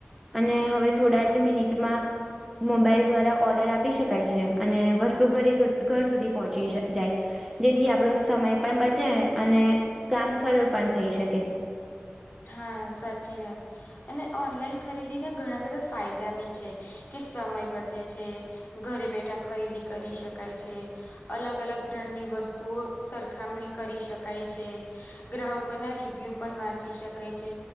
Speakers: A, in the centre; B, on the left.
A: અને હવે થોડા જ મિનિટમાં મોબાઈલ દ્વારા ઓર્ડર આપી શકાય છે. અને વસ્તુ ઘ ઘર સુધી પહોંચી જાય. જેથી આપણો સમય પણ બચે અને કામ સરળ પણ થઈ શકે.
B: હા સાચી વાત અને ઓનલાઈન ખરીદીના ઘણા બધા ફાયદા બી છે કે સમય બચે છે ઘરે બેઠા ખરીદી કરી શકાય છે. અલગ અલગ બ્રાન્ડ ની વસ્તુઓ સરખામણી કરી શકાય છે ગ્રાહકો ના રિવ્યુ પણ વાંચી શકાય છે